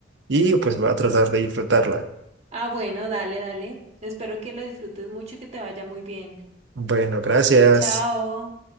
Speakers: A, on the right; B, on the right.
A: y pues voy a tratar de disfrutarla.
B: Ah, bueno, dale, dale. Espero que lo disfrutes mucho y que te vaya muy bien.
A: Bueno, gracias.
B: Chao.